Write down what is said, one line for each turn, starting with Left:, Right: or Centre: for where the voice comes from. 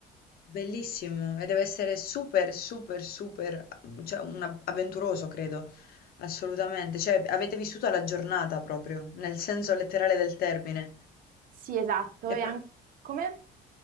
Left: bellissimo. E deve essere super, super, super, cioè un av- avventuroso, credo, assolutamente. Cioè, avete vissuto la giornata proprio, nel senso letterale del termine.
Right: Sì, esatto.
Left: E
Right: E anche
Left: per-
Right: come?